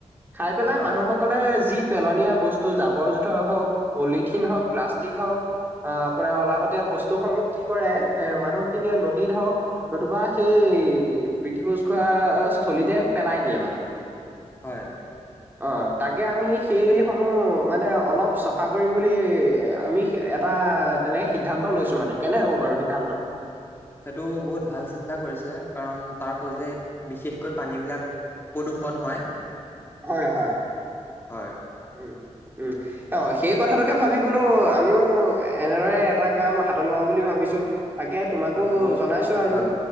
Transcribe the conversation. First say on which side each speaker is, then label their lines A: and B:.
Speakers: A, on the right (about 15°); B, on the left (about 20°).
A: খাই পেলাই
B: হয়
A: মানুহক সকলে যি পেলনীয়া বস্তু জাবৰ -জোথৰ হওক পলিথিন, হওক প্লাষ্টিক, হওক আহ আপোনাৰ অলাগটীয়াল বস্তুসমূহ কি কৰে এ মানুহখিনিয়ে নদীত, হওক- নতুবা সেই প্ৰীথিভোজ খোৱা স্থলীতে পেলাই দিয়ে মানে।
B: হয়।
A: অ তাকে আমি সেই
B: সেইটো
A: সমূহ মানে অলপ চাফা কৰিম বুলি আমি এটা তেনেকৈ সিদ্ধান্ত লৈছোঁ মানে। কেনে হ'ব বাৰু সিদ্ধান্তটো
B: সেইটো বহুত ভাল চিন্তা কৰিছে কাৰণ তাৰ ফলতে বিশেষকৈ পানী, বিলাক প্ৰদূষণ, হয়।
A: হয় হয়।
B: হয়।
A: উম উম। অ সেই কথাটোকে ভাবি বোলো আমিও এনেদৰে এটা কাম হাতত লও বুলি ভাবিছোঁ। তাকে তোমাকো
B: হয় বহুত
A: জনাইছো আৰু।
B: ভাল